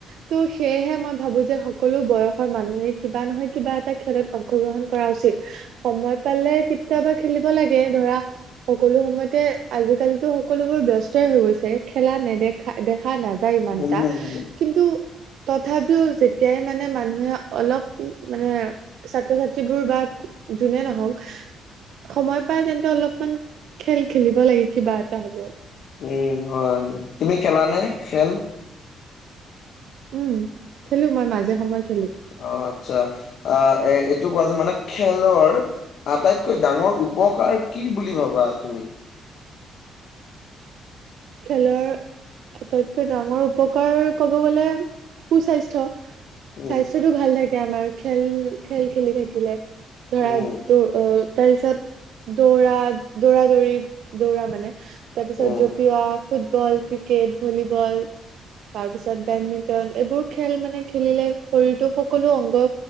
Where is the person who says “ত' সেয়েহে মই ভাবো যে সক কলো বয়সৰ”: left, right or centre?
Right